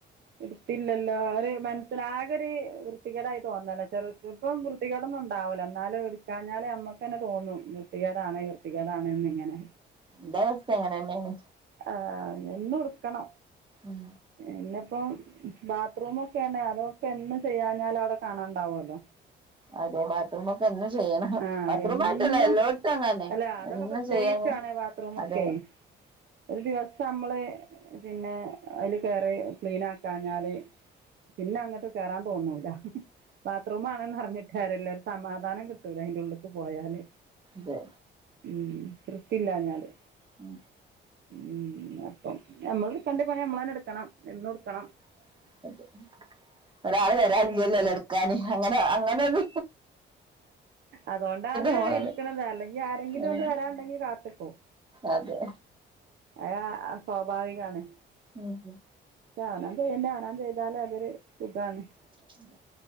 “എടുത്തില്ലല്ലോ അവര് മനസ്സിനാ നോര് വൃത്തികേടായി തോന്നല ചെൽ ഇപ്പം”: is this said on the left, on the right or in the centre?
Right